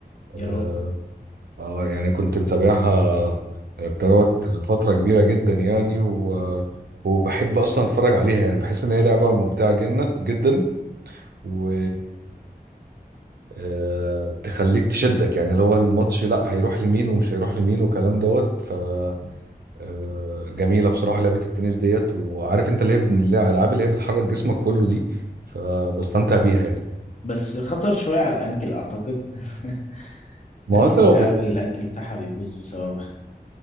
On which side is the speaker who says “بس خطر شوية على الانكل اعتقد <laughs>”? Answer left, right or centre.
Left